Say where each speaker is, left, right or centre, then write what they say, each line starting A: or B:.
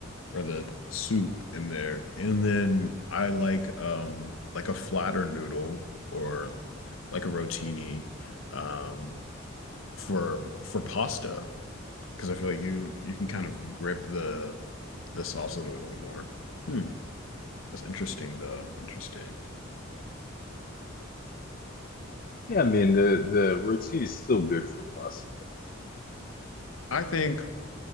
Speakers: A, on the left; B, on the left.
A: or the soup in there. And then I like um like a flatter noodle or like a rotini um for for pasta because I feel like you you can kind of grip the the sauce a little bit more. Hmm, that's interesting though. Interesting.
B: Yeah, yeah. I mean, the the roti is still good for pasta. def-
A: I think